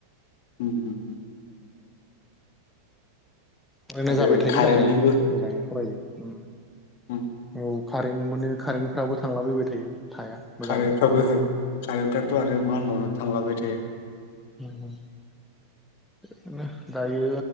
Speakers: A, on the left (about 50°); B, in the centre.
A: <unintelligible>
B: ओरैनो
A: आरो
B: जाबाय थायो
A: कारेन्टनिबो
B: जानायालाय मोजाङै फरायो उम
A: उम
B: औ कारेन्ट मोनो कारेन्टफ्राबो थांलाबायबाय थायो। थाया मोजाङै
A: कारेन्टफ्राबो कारेन्टफ्राथ' आरो मा होनबावनो थांलाबाय थायो
B: उम। इदिनो दायो